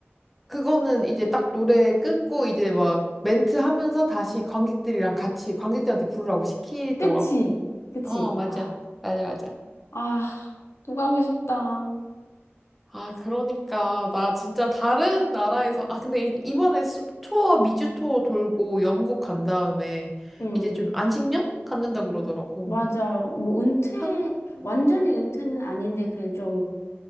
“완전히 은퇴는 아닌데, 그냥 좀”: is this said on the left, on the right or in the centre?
Left